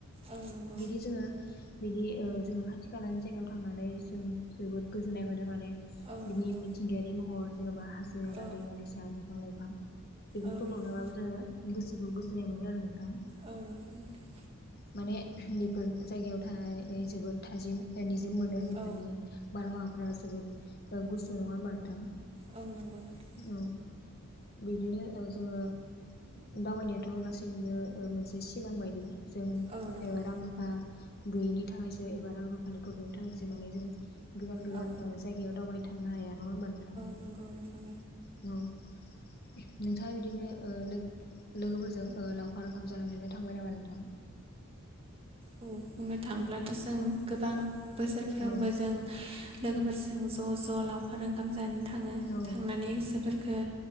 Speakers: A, on the right; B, on the left.
A: औ नंगौ
B: बिदि जोङो बिदि ओ जोङो खाथि खालानि जायगायाव थांनानै जों जोबोर गोजोननाय मोनो माने बिनि
A: औ नंगौ
B: मिथिंगायारि महर जेन'बा हाजो हाला
A: औ
B: दैमा दैसा बिफां लाइफां बेफोर
A: औ
B: खौ
A: नंगौ
B: नुाबाबो जोङो गोसोखौ गोजोननाय मोनो आरो नोंथां
A: औ नंगौ नोंथां
B: माने बेफोर जायगायाव थानाय जोबोद थाजिम निजोम मोनो बेफोरनि
A: औ
B: बारहावा फ्रा जोबोद गुसु नंङा होमबा नोंथां?
A: औ नंगौ नोंथां
B: औ। बिब्दिनो ओ जोङो दावबायनायाथ' गासैबो ओ मोनसे सिमां बायदि। जों
A: औ नंगौ
B: एबा रां रुफा गैयिनि थाखायसो एबा रां रुफानि प्रब्लेमनि थाखायसो माने जों गोजान ओ गोजान
A: औ
B: जायगायाव दावबाय थांनो हाया नंङा होमबा नोंथां?
A: नंगौ नंगौ
B: औ। नोंथांङा बिदिनो लो लोगोफोरजों ओ लावखार ओंखाम जाफेरनो थांबाय नामा नोंथां?
A: बुंनो थांब्लाथ' जों गोबां बोसोरफ्रोमबो
B: औ
A: जों लोगोफोरजों ज' ज' लावखार ओंखाम जानो थांङो
B: औ
A: थांनानै गोसोफोरखो